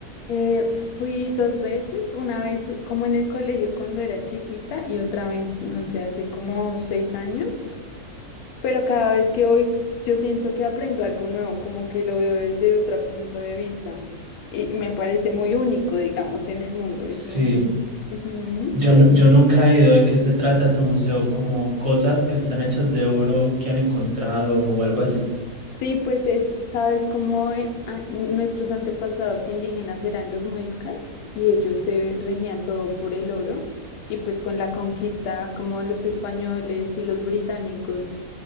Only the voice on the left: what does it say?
Eh, fui dos veces, una vez como en el colegio cuando era chiquita y otra vez, no sé, hace como seis años, pero cada vez que voy yo siento que aprendo algo nuevo, como que lo veo desde otro punto de vista y y me parece muy único, digamos, en el mundo.
Es muy... Ujú.
Sí, pues es, sabes cómo en- a- nuestros antepasados indígenas eran los muiscas y ellos se regían todo por el oro y pues con la conquista, como los españoles y los británicos